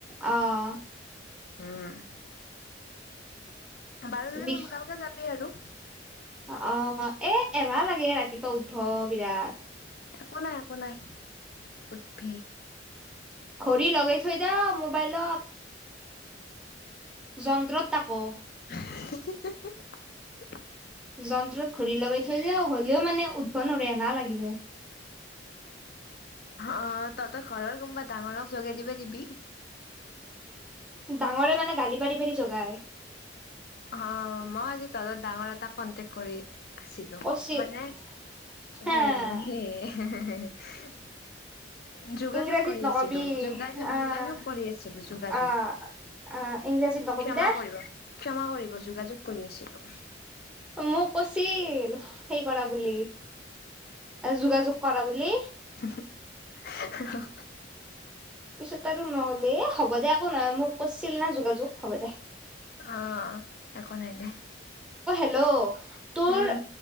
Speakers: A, in the centre; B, on the left.
A: অঁ!
B: উম। বাৰু যদি
A: বিষ
B: সোনকালকে যাবি আৰু।
A: অ' অ' এ এলাহ লাগে এ ৰাতিপুৱা উঠবা বিৰাট।
B: একো নাই, একো নাই, উঠবি
A: খড়ী লগাই থৈ দা মোবাইলত। যন্ত্ৰত তাকো।
B: <unintelligible>
A: যন্ত্ৰত ঘড়ী লগাই থৈ যাওঁ, হ'লেও মানে উথবা নোৱাৰোঁ এলাহ লাগি যায়।
B: আ তহঁতৰ ঘৰৰ কোনোবা ডাঙৰক জগাই দিব দিবি।
A: ডাঙৰে মানে গালি পাৰি পাৰি জগাই
B: হা, মা আজি ডাঙৰ এটাক কন্তেক কৰি আছিলো,
A: কচি
B: মানে সেই
A: এ
B: সেই। <unintelligible> যোগাযোগ
A: ইংৰাজীত
B: কৰি
A: নকবি
B: আছিলো, যোগাযোগ,
A: আহ
B: যোগাযোগ কৰি আছিলো যোগাযোগ,
A: আহ আহ ইংৰাজীত নকবি
B: ক্ষমা
A: দে
B: কৰিব, ক্ষমা কৰিব, যোগাযোগ কৰি আছিলোঁ।
A: মোক কৈছিল, সেই কৰা বুলি যোগাযোগ কৰা বুলি।
B: <unintelligible>
A: পিছত আৰু নহলেই, হ'ব দে একো নহয় মোক কৈছিল না যোগাযোগ হ'ব দে।
B: অঁ 'একো নাই দে।
A: লওঁ। তোৰ?
B: উম